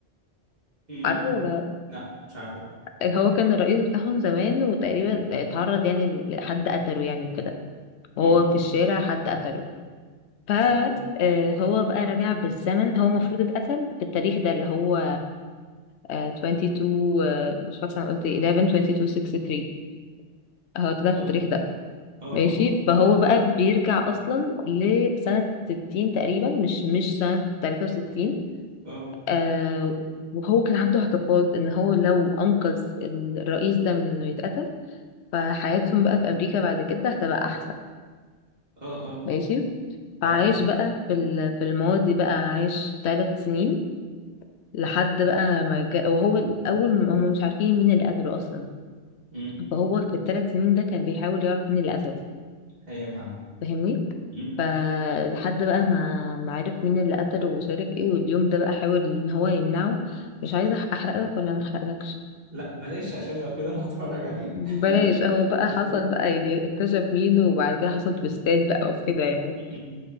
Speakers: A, on the right; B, on the left.
A: م.
B: عارفه ولا
A: لا مش عارفه
B: هو كان الرئيس بتاعهم زمان وتقريبا اتعرض يعني لحد قتله يعني وكده وهو
A: م-
B: في الشارع
A: م.
B: حد قتله فهو
A: اه
B: بقى رجع بالزمن هو المفروض اتقتل في التاريخ ده اللي هو آه، 22 آه، مش فاكره انا قلت ايه 11 22 63 هو اتقتل في
A: اه
B: التاريخ ده
A: اه
B: ماشي
A: اه
B: فهو بقى بيرجع اصلا لسنه 60 تقريبا مش مش سنه 63
A: اه
B: آه وهو كان عنده اعتقاد ان هو لو انقذ الرئيس ده من انه يتقتل فحياتهم بقى في امريكا بعد كده هتبقى احسن
A: اه اه
B: ماشي
A: فاهم
B: فعايش بقى في ال- في الماضي بقى عايش ثلاث سنين لحد بقى ما جا... وهو الاول م- هم مش عارفين مين اللي قتله اصلا
A: امم
B: فهو في الثلاث سنين ده كان بيحاول يعرف مين اللي قتله
A: ايوه فاهم
B: فاهمني
A: امم
B: فلحد بقى ما ما عرف مين اللي قتله ومش عارف ايه واليوم ده بقى حاول ان هو يمنعه مش عايزه أح- احرق لك ولا ما احرقلكش
A: لا بلاش عشان لو كده انا هتفرج عليه
B: بلاش هو بقى
A: اسمه
B: حصل بقى يعني اكتشف مين وبعد كده حصل تويستات بقى وكده يعني
A: م-م.